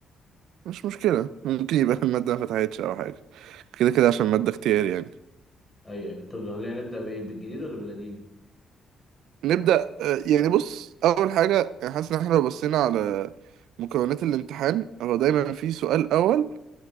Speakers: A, on the right; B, on the left.
A: مش مشكله ممكن يبقى <laughs> الماده ما فتحتش او حاجه كده كده عشان الماده اختياري يعني
B: ايوه أيوة. طب خلينا نبدا بايه بالجديد ولا بالقديم
A: نبدا آه، يعني بص اول حاجه حاسس ان احنا لو بصينا على مكونات الامتحان هو دايما في سؤال اول